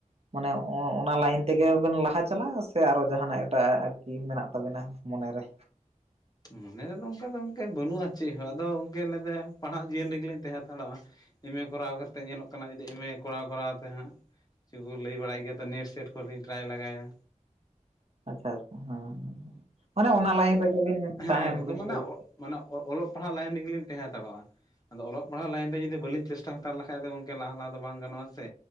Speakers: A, on the right (about 50°); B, on the left (about 30°).
A: ᱢᱟᱱᱮ ᱚ-ᱚᱱᱟ ᱞᱟᱭᱤᱱ ᱛᱮᱜᱮ ᱵᱮᱱ ᱞᱟᱦᱟ ᱪᱟᱞᱟᱜ-ᱟ ᱥᱮ ᱟᱨᱚ ᱡᱟᱸᱦᱟᱱᱟᱜ ᱮᱴᱟᱜ ᱟᱜ ᱟᱨᱠᱤ ᱢᱮᱱᱟᱜ? ᱛᱟᱵᱮᱱᱟ ᱢᱚᱱᱮ ᱨᱮ?
B: ᱢᱚᱱᱮ ᱨᱮᱫᱚ ᱚᱝᱠᱟ ᱫᱚ ᱜᱚᱝᱠᱮ ᱵᱟᱹᱱᱩᱜ-ᱟ ᱪᱮᱫ ᱦᱚᱸ ᱟᱫᱚ ᱜᱚᱝᱠᱮ ᱢᱮᱱᱫᱚ ᱯᱟᱲᱦᱟᱜ ᱡᱤᱭᱚᱱ ᱨᱮᱜᱮ ᱞᱤᱧ ᱛᱟᱦᱮᱸ ᱦᱟᱛᱟᱲᱚᱜ-ᱟ᱾ ᱮᱢ ᱮ ᱠᱚᱨᱟᱣ ᱠᱟᱛᱮᱫ ᱧᱮᱞᱚᱜ ᱠᱟᱱᱟ ᱡᱩᱫᱤ ᱮᱢ ᱮ ᱠᱚᱨᱟᱣ ᱠᱚᱨᱟᱣ ᱛᱮ ᱦᱟᱸᱜ, ᱪᱮᱫ ᱠᱚ ᱞᱟᱹᱭ ᱵᱟᱲᱟᱭ ᱜᱮᱭᱟ ᱛᱚ ᱱᱮᱴ ᱥᱮᱴ ᱠᱚ ᱞᱤᱧ ᱴᱨᱟᱭ ᱞᱮᱜᱟᱭᱟ᱾
A: ᱟᱪᱪᱷᱟ ᱟᱪᱪᱷᱟ ᱦᱮᱸ, ᱢᱟᱱᱮ
B: ᱟᱫᱚ
A: ᱚᱱᱟ ᱞᱟᱭᱤᱱ
B: ᱟᱫᱚ
A: ᱨᱮᱜᱮ ᱵᱤᱱ
B: ᱦᱮᱸ
A: ᱛᱟᱦᱮᱱ
B: ᱜᱚᱝᱠᱮ
A: ᱵᱤᱱ
B: ᱢᱟᱱᱮ
A: ᱠᱩᱨᱩ
B: ᱢᱟᱱᱮ ᱚ-ᱚᱞᱚᱜ ᱯᱟᱲᱦᱟᱜ ᱞᱟᱭᱤᱱ ᱨᱮᱜᱮ ᱞᱤᱧ ᱛᱟᱦᱮᱸ ᱦᱟᱛᱟᱲᱚᱜ-ᱟ᱾ ᱟᱫᱚ ᱚᱞᱚᱜ ᱯᱟᱲᱦᱟᱜ ᱞᱟᱭᱤᱱ ᱨᱮ ᱡᱩᱫᱤ ᱵᱟᱹᱞᱤᱧ ᱪᱮᱥᱴᱟ ᱦᱟᱛᱟᱲ ᱞᱮᱠᱷᱟᱡ ᱫᱚ ᱜᱚᱝᱠᱮ ᱞᱟᱦᱟ ᱞᱟᱦᱟ ᱫᱚ ᱵᱟᱝ ᱜᱟᱱᱚᱜ-ᱟ ᱥᱮ᱾